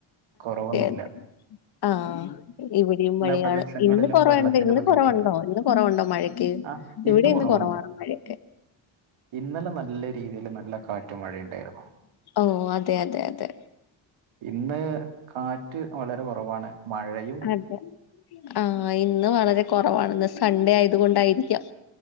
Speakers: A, on the right; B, on the left.
A: കുറവൊന്നുല്ല.
B: അതെ ആഹ് ഇവിടീം മഴയാണ്
A: പ്രദേശങ്ങളിലും
B: ഇന്ന് കൊറവ്ണ്ട്
A: വെള്ളത്തിന്റെ
B: ഇന്ന്
A: ബുദ്ധിമുട്ടുണ്ട്
B: കൊറവുണ്ടോ ഇന്ന് കൊറവുണ്ടോ മഴക്ക്?
A: ആ
B: ഇവിടെ
A: കുറവുണ്ട്
B: ഇന്ന് കുറവാണ്‌ മഴെ.
A: ഇന്നലെ നല്ല രീതിയിൽ നല്ല കാറ്റും മഴയുണ്ടായ്രുന്നു.
B: ഓ അതെ അതെ അതെ.
A: ഇന്ന് കാറ്റ് വളരെ കുറവാണ് മഴേം.
B: അതെ ആ ഇന്ന് വളരെ കുറവാണ് ഇന്ന് സൺഡേ ആയത് കൊണ്ടായിരിക്കാം.